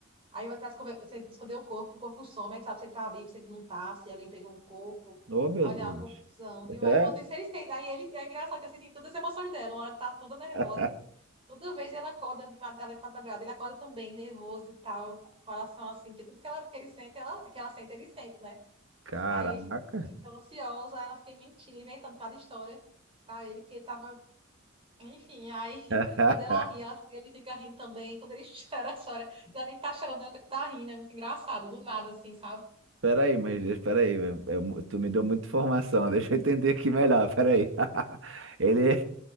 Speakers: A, on the right (about 25°); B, on the right (about 65°).
A: Aí ele tá esconder, esconder o corpo, o corpo some, aí não sabe se ele tá vivo, se ele não tá, se alguém pegou o corpo.
B: Oh, meu
A: Olha,
B: Deus.
A: é uma confusão, viu?
B: <laughs>
A: Aí enquanto isso eles têm, aí ele, é engraçado que assim, tem todas as emoções dela, uma hora ela tá toda nervosa,
B: É?
A: toda vez ela acorda, de mad- ela acorda de madrugada, ele acorda também, nervoso e tal, coração assim, que tudo que, ela, que ele sente, ela, que ela sente, ele sente, né?
B: Caraca.
A: Aí ele ficou ansiosa, aí ela fica mentindo, inventando cada história pra ele, porque tava. Enfim, aí <laughs>
B: <laughs>
A: quando ela ri, ela- ele fica rindo também. Quando ele <laughs> chora, chora. Não é nem tá chorando, ele tá rindo. É muito engraçado, do nada, assim, sabe?
B: Pera aí, mas espera aí, eu- eu- tu me deu muita informação, <laughs> deixa eu entender aqui melhor, pera aí. <laughs> Ele,